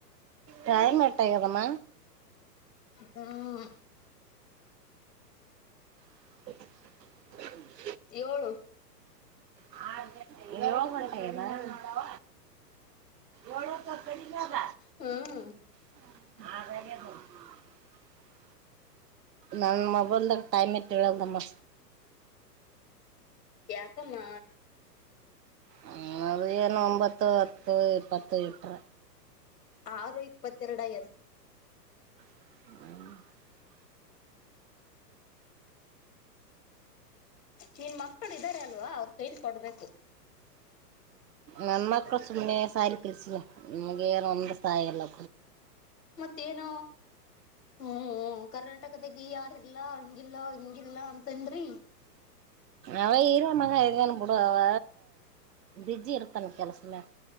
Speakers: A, on the right; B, on the left.
A: ಟೈಮ ಎಟ ಅಗ್ಯದಮ್ಮ.
B: ಹ್ಮ್
A: <inaudible>
B: ಏಳು.
A: ಹ ಯೋಳ ಗಂಟೆ ಆಗೇದ. ಏಳೋತ್ತು ಕಡಿದಾಗ.
B: ಹ್ಮ್.
A: <inaudible> ನನ್ ಮೊಬೈಲ್ದಾಗ ಟೈಮ್ ತಿಳಿಯಲ್ದ ಅಮ್ಮಾ.
B: ಯಾಕಮ್ಮ.
A: ಹ ಅದು ಏನು ಒಂಬತ್ತು ಹತ್ತು ಇಪ್ಪತ್ತು ಇಟ್ರ.
B: ಆರೋ ಇಪ್ಪತ್ತೆರಡ ಆಗೇದ.
A: <inaudible>
B: ನಿನ್ ಮಕ್ಳು ಇದ್ದಾರೆ ಅಲ್ವಾ ಅವ್ರ ಕೈಲಿ ಕೊಡ್ಬೇಕು.
A: ನನ್ಮಕ್ಕಳ ಸುಮ್ಮನೆ ಸಾಲಿಗೆ ಕಲ್ಸಿದೆ ಒಂದ ಸಾಯಿಲ್ಲ.
B: ಮತ್ತೇನ ಹ್ಮ. ಹ್ಮ ಕರ್ನಾಟಕದಾಗ ಯಾರಿಲ್ಲಾ ಹಂಗಿಲ್ಲ ಹಂಗಿಲ್ಲ ಅಂತ ಅಂದ್ರಿ.
A: ಅವ ಇರ ಮಗ ಇದಾನ ಬಿಡು ಅವ ಬಿಜಿ ಇರ್ತಾನ ಕೆಲ್ಸದ ಮ್ಯಾಗ.